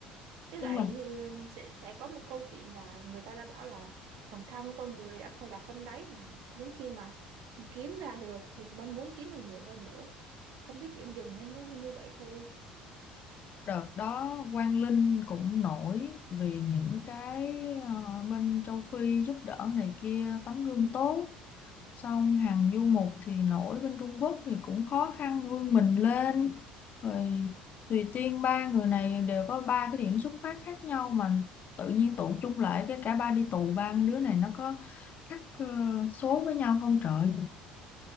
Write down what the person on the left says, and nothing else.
nhưng mà
đợt đó Quang Linh cũng nổi vì những cái ờ, bên châu Phi giúp đỡ này kia tấm gương tốt xong hàng du mục thì nổi bên Trung Quốc thì cũng khó khăn vươn mình lên rồi Tùy Tiên ba người này đều có ba cái điểm xuất phát khác nhau mà tự nhiên tụ chung lại cái cả ba đi tù ba đứa này nó có khác ờ, số với nhau không trời